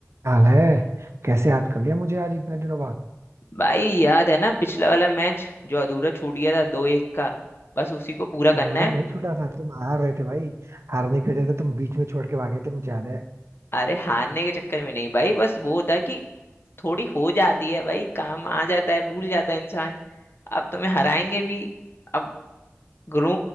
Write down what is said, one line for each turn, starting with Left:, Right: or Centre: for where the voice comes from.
Right: हाल है कैसे याद कर लिया मुझे आज इतने दिनों बाद
Left: भाई याद है ना पिछला वाला मैच जो अधूरा छूट गया था दो एक का बस उसी को पूरा करना
Right: अधूरा
Left: है
Right: नहीं छूटा था तुम हार रहे थे भाई हारने की वजह से तुम बीच में छोड़ के भागे थे मुझे याद है
Left: अरे हारने के चक्कर में नहीं भाई बस वो था कि थोड़ी हो जाती है भाई काम आ जाता है भूल जाता है इंसान अब तुम्हें हराएंगे भी अब गुरु